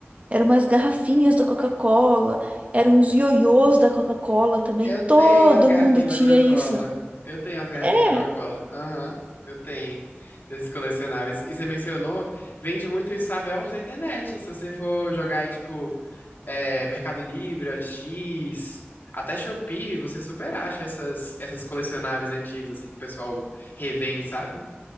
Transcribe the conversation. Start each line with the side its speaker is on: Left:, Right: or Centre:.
Right: Eram umas garrafinhas da Coca-Cola, eram uns ioiôs da Coca-Cola também.
Left: Eu tenho
Right: Todo
Left: as garrafinhas
Right: mundo tinha
Left: da Coca-Cola.
Right: isso.
Left: Eu tenho as garrafinhas
Right: É.
Left: da Coca-Cola. Aham, eu tenho. Desses colecionáveis. E você mencionou, vende muito isso, sabe aonde? Na internet. Se você for jogar aí, tipo, é, Mercado Livre, OLX, até Shopee, você super acha essas, essas colecionáveis antigos, assim, que o pessoal revende, sabe?